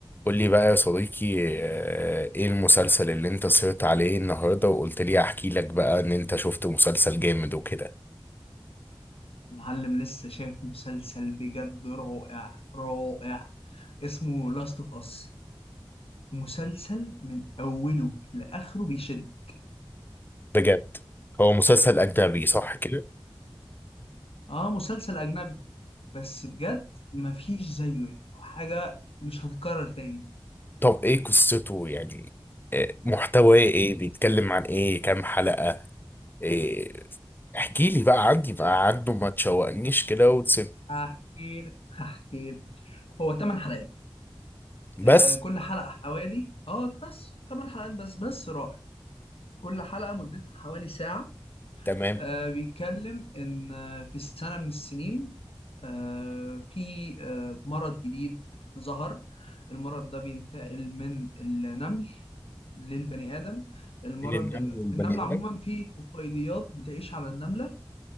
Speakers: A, on the left (about 20°); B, on the left (about 85°).
A: قول لي بقى يا صديقي آه، ايه المسلسل اللي انت سهرت عليه النهارده وقلت لي احكي لك بقى ان انت شفت مسلسل جامد وكده
B: معلم لسه شايف مسلسل بجد رائع رائع اسمه لاست اوف اس مسلسل من اوله لاخره بيشدك
A: بجد هو مسلسل اجنبي صح كده
B: اه مسلسل اجنبي بس بجد مفيش زيه يعني هو حاجه مش هتتكرر تاني
A: طب ايه قصته يعني محتواه ايه بيتكلم عن ايه كام حلقة إيه احكي لي بقى عندي بقى عنه ما تشوقنيش كده وتسيب
B: هحكي لك هحكي لك هو 8 حلقات آه
A: بس
B: كل حلقه حوالي اه بس 8 حلقات بس بس رائع كل حلقه مدتها حوالي ساعه
A: تمام
B: آه بيتكلم إن آه، في سنة من السنين آه في آه مرض جديد ظهر المرض ده بينتقل من النمل للبني آدم المرض
A: من النمل
B: ده
A: والبني
B: في النملة عموما
A: ادم
B: في طفيليات بتعيش على النملة